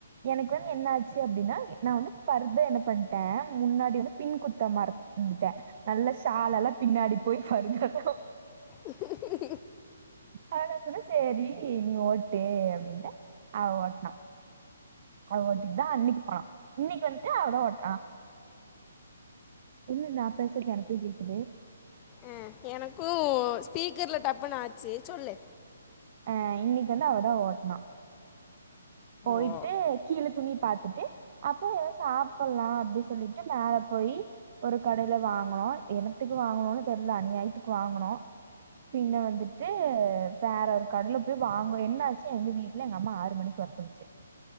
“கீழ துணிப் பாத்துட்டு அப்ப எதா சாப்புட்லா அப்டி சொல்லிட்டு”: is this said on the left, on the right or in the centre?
Right